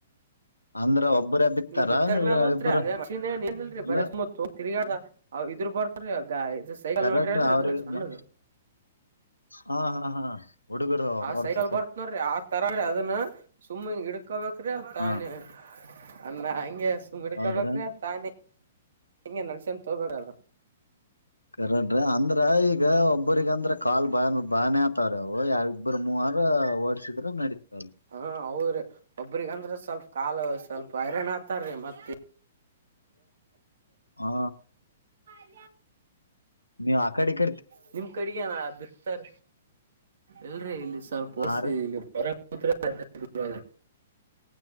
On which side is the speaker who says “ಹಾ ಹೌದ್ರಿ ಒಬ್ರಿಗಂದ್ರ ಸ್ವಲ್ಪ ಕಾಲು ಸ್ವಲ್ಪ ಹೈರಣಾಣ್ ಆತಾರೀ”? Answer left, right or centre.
Right